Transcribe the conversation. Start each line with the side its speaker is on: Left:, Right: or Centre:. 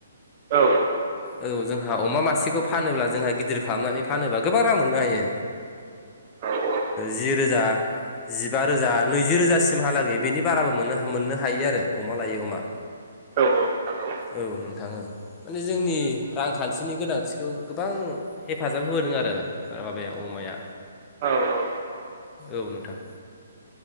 Right: औ
Left: औ जोंहा अमा मासेखौ फानोब्ला जोंहा गिदिर खालामनानै फानोब्ला गोबां रां मोननो हायो
Right: औ
Left: जि रोजा जिबा रोजा नैजि रोजासिमहालागै बेनि बाराबो मोनो मोननो हायो आरो अमा लायै अमा
Right: औ औ नंगौ
Left: औ नोंथां माने जोंनि रांखा खान्थिनि गोनांथिखौ गोबां हेफाजाब होबोदों आरो माबाया अमाया
Right: औ औ
Left: औ नोंथां